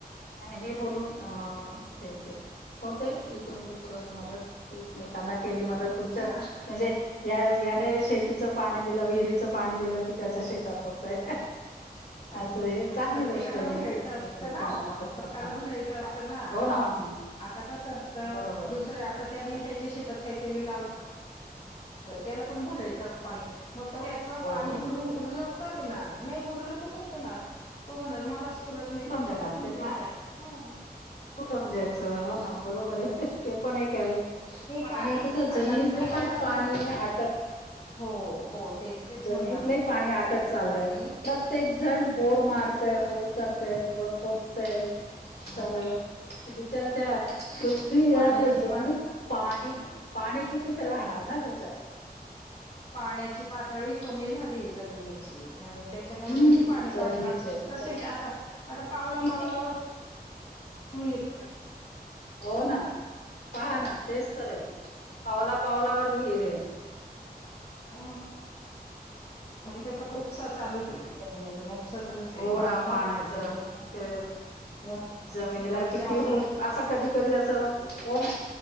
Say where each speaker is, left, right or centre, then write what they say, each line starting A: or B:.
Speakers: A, on the left; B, on the left.
A: हे बोलून अ ते होते इकडून तिकडून मदत. एकमेकांना केली मदत तुमच
B: हा
A: म्हणजे या याने शेतीच पाणी दिल, विहिरीच पाणी दिल कि, त्याच्या शेतात होतय.
B: आणि
A: असं हे चांगली
B: प्रत्येकाला
A: गोष्ट आहे
B: भरायच असत
A: एकमेकांना
B: ना हो.
A: मदत
B: प्रत्येकाला
A: करणं.
B: भरायच असत ना.
A: हो हो ना
B: आता कस असत
A: बरोबर
B: दुसऱ्या आता त्या निमठायच्या शेतात काहीतरी लावल. त्याला पण भरायच असत पाणी. मग त्याच
A: हो
B: पाणी
A: हो हो
B: भरून उरल तर येणार. नाही उरल त कुठन देणार. तो म्हणाल मलाच - पुरत नाही तर, तुला
A: देणार
B: कुठून
A: ते
B: देऊ?
A: तर आहेच. कुठून
B: असं
A: द्यायच? हो ना बरोबर आहे. ते पण एक आहे
B: काय
A: आणि कस
B: आणि
A: जमिनीतल
B: आजकाल काय
A: पण
B: झालं
A: पाणी पाणी आटत.
B: हो हो तेच तेच
A: जमिनीतल
B: म्हणणार होते
A: ही पाणी आटत चाललय.
B: मी
A: प्रत्येक जण बोर मारतय,
B: आजकाल
A: बोर करतेय, बोर खोदतेय. सगळ.
B: हो
A: बिचारा त्या पृथ्वी
B: पाण्याची
A: आपल्या जमिनीत
B: पा
A: पाणी -पाणी कितीक राहणार ना त्या
B: पाण्याची पातळी कमी झाली जमिनीची आणि त्याच्यामुळे
A: हम्म
B: किती पाणी
A: जमिनीचे
B: पाणीढ. प्रत्येक आता आता पावला
A: किती
B: पावलावर विहीर <inaudible>
A: हो ना पहा ना. तेच तर आहे. पावला पावलावर विहीर हे.
B: हम आणि त्याच्या उपसा चालू च हे जमिनीतून उपसा चालूच
A: हो
B: हे. पाणी
A: ना
B: <unintelligible>
A: पाण्याच ते
B: व व
A: जमिनीला
B: वरच्या
A: किती
B: पाऊत
A: होल असं कधी -कधी अस हो ना